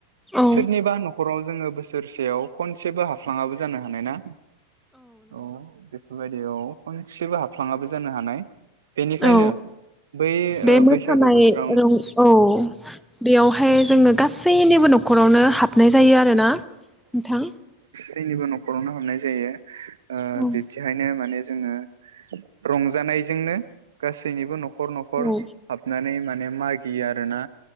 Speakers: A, in the centre; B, on the right.
A: औ
B: सोरनिबा न'खराव जोङो बोसोरसेयाव खनसेबो हाफ्लाङाबो जानो हानाय ना। औ बेफोरबायदि औ। खनसेबो हाबफ्लाङाबो जानो हानाय । बेनिखायनो
A: औ
B: बै
A: बे
B: ओ
A: मोसानाय
B: बैसागु बोथोर
A: रं औ बेयावहाय जोङो गासैनिबो न'खरावनो हाबनाय जायो आरो ना नोंथां।
B: निबो न'खरावनो हाबनाय जायो। ओ
A: औ
B: बिब्दिहायनो माने जोङो रंजानायजोंनो गासैनिबो न' खर न'खर
A: औ
B: हाबनानै माने मागियो आरो ना।